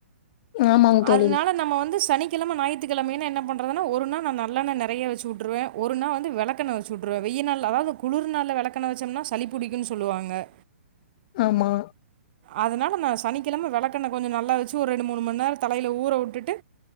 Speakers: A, on the left (about 40°); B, on the right (about 45°).
A: ஆமாங்க தோழி
B: அதனால நம்ம வந்து சனி கிழ ஞாயித்துக்கெழமை என்ன பண்றதுன்ன ஒரு நா நல்லெண்ண நெறைய வச்சுட்டுருவே ஒரு நாள் வந்து வெளக்கண்ண வச்சுட்டுருவே வெயல் நாள் அதாவது குளிர்நாள வெளக்கெண்ண வச்சோம்னா சளிபுடிக்கும்ன்னு சொல்லுவாங்க
A: ஆமா
B: அதனால நா சனிக்கிழம வெளக்கண்ண கொஞ்ச நல்லா வச்சு ஒரு ரெண்டு மூண் மண்நேர தலையில ஊற விட்டுட்டு